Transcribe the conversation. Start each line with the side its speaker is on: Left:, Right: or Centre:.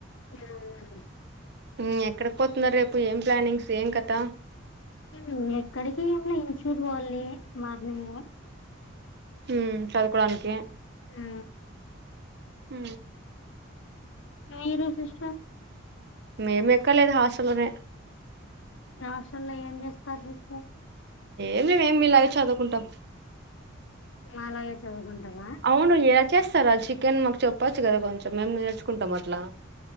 Left: ఏం ఉన్నది
Right: ఊ ఎక్కడికి పోతున్నారు చెప్పు ఏం ప్లానింగ్స్ ఏం కథ
Left: ఉ ఎక్కడికి ఏంలే ఇన్స్టూట్ పోవాలి మార్నింగ్
Right: ఊ చదువుకోడానికి
Left: ఉ
Right: ఊ
Left: మీరు సిస్టర్
Right: మేము ఎక్కలేదు హాస్టల్లోనే
Left: రాష్ట్రంలో ఏం చేస్తారు చెప్పు
Right: ఏం చెయ్యం మీలాగే చదువుకుంటాం
Left: నాలాగే చదువుకుంటవా
Right: అవును ఇలా చేస్తర అది చికెన్ మాకు చెప్పొచ్చు కదా కొంచెం మేము నేర్చుకుంటాం అట్లా